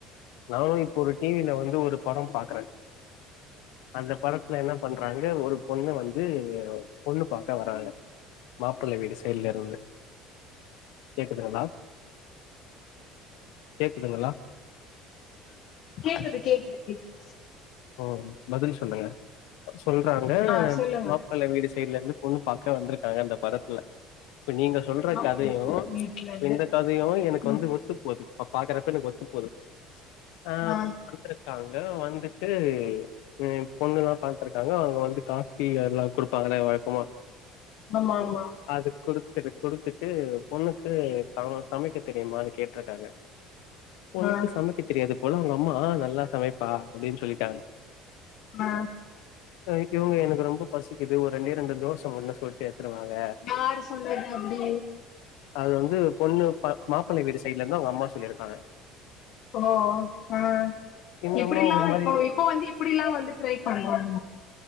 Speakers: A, on the left; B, on the left.
A: நானும் இப்ப ஒரு டிவில வந்து ஒரு படம் <unintelligible> க்றன் அந்த படத்துல என்ன பண்றாங்க ஒரு பொண்ணு வந்து பொண்ணு பாக்க வராங்க மாப்பிள்ளை வீடு சைடுல இருந்து கேக்குதுங்களா கேக்குதுங்களா
B: கேக்குது கேக்குது கேக்குது
A: ஓ பதில் சொல்லுங்க சொல்றாங்க
B: ஆ சொல்லுங்க
A: மாப்பிள்ள வீடு சைடல இருந்து பொண்ணு பாக் க வந்துருக் க்கா இந்த படத்துல இப்ப நீங்க சொல்ற
B: சாப்டுட்டு
A: கதையும்
B: இருக்கே வீட்ல இருந்து
A: இந்த கதையும் எனக்கு
B: ம்
A: வந்து ஒத்துப்போகுது இப்ப பாக்குறப்ப எனக்கு ஒத்துப்போகுது ஆஹ்
B: ஆ
A: வந்திருக்காங்க எல்லாரோ வந்து ஏ ம் பொண்ணுங்கலா பாத்ருக்காங்க அதான் அவங்க வந்து காபி அதெலாம் குடுப்பாங்களே வழக்கமா
B: ஆமா ஆமா
A: அது குடுத்துரு கொடுத்துட்டு பொண்ணுக்கு ச சமைக்க தெரியுமான்னு கேட்டுறுக்காங்க உனக்கு
B: ஆ
A: சமைக்க தெரியாது போல உங்க அம்மா ஆ நல்லா சமைப்பா அப்டின்னு சொல்லிட்டாங்க
B: ஆ
A: <unintelligible> இவங்க எனக்கு ரொம்ப பசிக்குது ஒரு ரெண்டே ரெண்டு தோசை <unintelligible> சொல்லிட்டே வாங்க
B: யாரு சொன்னது அப்டி
A: அது வந்து பொண்ணு பா மாப்பள வீடு சைட்லருந்து அவுங்க அம்மா சொல்லிரு <unintelligible>
B: ஓ ஆஹ்
A: இந்த
B: இப்படி
A: அம்மா
B: ஆ
A: ஒரு மாரி
B: இப்போ இப்ப வந்து இப்டில்லாம் வந்து ட்ரை பண்றோம்